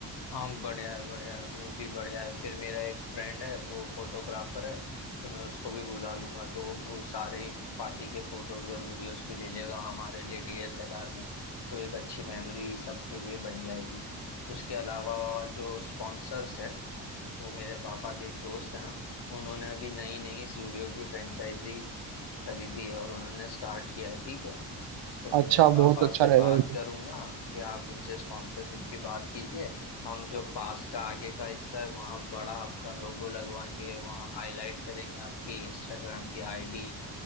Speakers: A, on the left (about 60°); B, on the right (about 75°).
A: हाँ बढ़िया है बढ़िया है वो भी बढ़िया है फिर मेरा एक फ्रेंड है वो फोटोग्राफर है तो मैं उसको भी बुला लूंगा तो वो फो- सारे ही पार्टी के फोटोज और वीडियोस भी ले लेगा हमारे लिए डीएसएलआर में तो एक अच्छी मेमोरी सबके लिए बन जाएगी उसके अलावा जो स्पॉन्सर्स है वो मेरे पापा के एक दोस्त है ना उन्होंने अभी नई नई जूडियो की फ्रेंचाइजी खरीदी है और उन्होंने स्टार्ट किया है ठीक है तो मैं
B: अच्छा
A: मेरे
B: बहुत
A: पापा
B: अच्छा
A: से
B: रहेगा
A: बात
B: ये तो।
A: करूंगा कि आप उनसे स्पॉन्सरशिप की बात कीजिए हम जो पास का आगे का हिस्सा है वहाँ बड़ा आपका लोगो लगवाएंगे वहाँ हाईलाइट करेंगे आपकी इंस्टाग्राम की आईडी